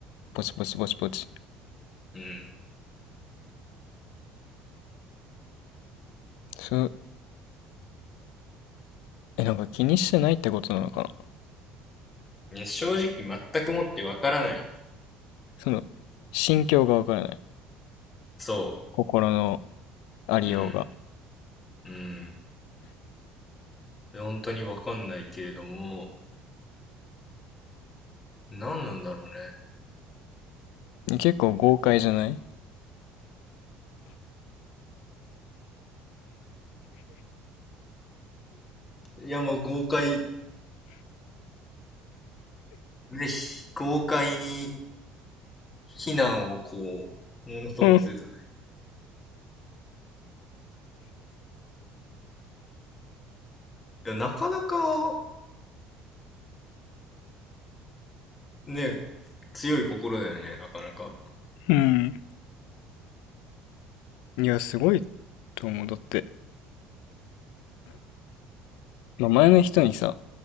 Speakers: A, on the left; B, on the left.
A: ポチポチポチポチ。
B: お、うん。
A: そう、え、なんか気にしてないってことなのかな。
B: ね正直全くもってわからない。
A: その、心境がわからない。
B: そ
A: 心のありようが。
B: う。うん。うん。本当にわかんないけれども、何なんだろうね。
A: 結構豪快じゃない
B: うん。いやもう豪快、ぜひ、豪快に非難をこう、ものともせず。
A: うん。
B: いやなかなか、ね、強い心だよね、なかなか。
A: うん。いや、すごいと思う。だって、まあ、前の人にさ、